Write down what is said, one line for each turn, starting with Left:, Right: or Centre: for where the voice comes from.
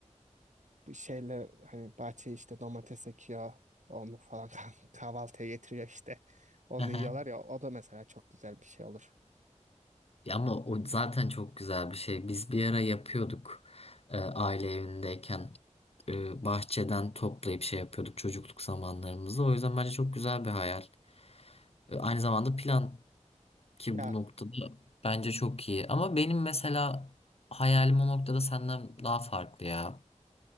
Right: bir şeyle hani bahçeye işte domates ekiyor. Onu falan <laughs> kahvaltıya getiriyor işte. Onu
Left: <laughs>
Right: yiyorlar ya o da mesela çok güzel bir şey olur.
Left: Ya Ama o zaten çok güzel bir şey. Biz bir ara yapıyorduk e, aile evindeyken. E, bahçeden toplayıp şey yapıyorduk çocukluk zamanlarımızda. O yüzden bence çok güzel bir hayal. E, aynı zamanda plan ki
Right: Ya
Left: bu noktada bence çok iyi. Ama benim mesela hayalim o noktada senden daha farklı ya.